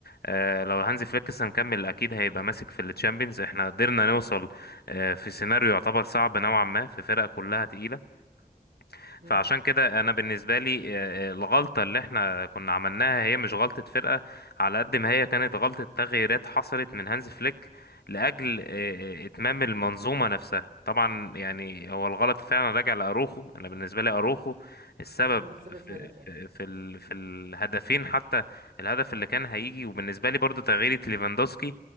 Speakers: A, on the left (about 90°); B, on the right (about 60°).
A: آه، لو هانزي فليك لسه مكمل اكيد هيبقى ماسك في التشامبيونز احنا قدرنا نوصل آه، في سيناريو يعتبر صعب نوعا ما في فرقة كلها تقيلة
B: امم
A: فعشان كده انا بالنسبه لي آه، آه، الغلطه اللي احنا كنا عملناها هي مش غلطه فرقه على قد ما هي كانت غلطه تغييرات حصلت من هانز فليك لاجل آه، آه، اتمام المنظومه نفسها طبعا يعني هو الغلط فعلا راجع لاروخو انا بالنسبه لي اروخو السبب
B: هو متسبب
A: في
B: في هدف اه
A: في في, ال في الهدفين حتى الهدف اللي كان هيجي وبالنسبه لي برضو تغييره ليفاندوسكي